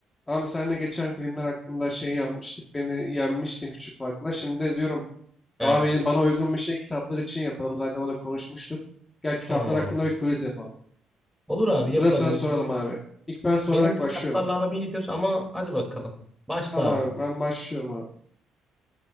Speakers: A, on the left (about 25°); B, in the centre.
A: Abi seninle geçen filmler hakkında şey yapmıştık. Beni yenmiştin küçük farkla. Şimdi de diyorum
B: Evet.
A: daha beni bana uygun bir şey kitaplar için yapalım. Zaten onu da konuşmuştuk. Gel kitaplar
B: Hmm.
A: hakkında bir quiz yapalım.
B: Olur abi
A: Sıra
B: yapalım.
A: sıra soralım
B: Benim
A: abi. İlk ben sorarak
B: benim kitaplarla
A: başlıyorum.
B: aram iyidir ama hadi bakalım. Başla
A: Tamam
B: abi.
A: abi ben başlıyorum abi.